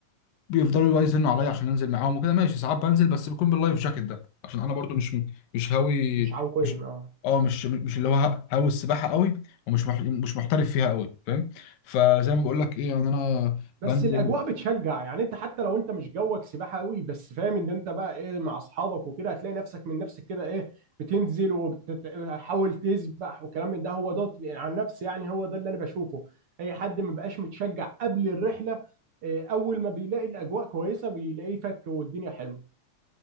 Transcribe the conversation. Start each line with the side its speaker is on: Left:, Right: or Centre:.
Left: بيفضلوا بقى يزنوا عليا عشان انزل معاهم وكده ماشي ساعات بنزل بس بيكون باللايف جاكيت ده عشان انا برضو مش مش هاوي
Right: مش عويم
Left: مش
Right: اه
Left: اه مش مش اللي هو هاوي السباحه قوي ومش مح... مش محترف فيها قوي فاهم فزي ما بقول لك ايه يعني انا
Right: بس
Left: بنزل
Right: الاجواء بتشجع يعني انت حتى لو انت مش جوك سباحه قوي بس فاهم ان انت بقى ايه مع اصحابك وكده هتلاقي نفسك من نفسك كده ايه بتنزل وبتحاول تسبح وكلام من ده هو ده عن نفسي يعني هو ده اللي انا بشوفه اي حد ما بقاش متشجع قبل الرحله إيه، اول ما بيلاقي الاجواء كويسه بيلاقيه فك والدنيا حلوه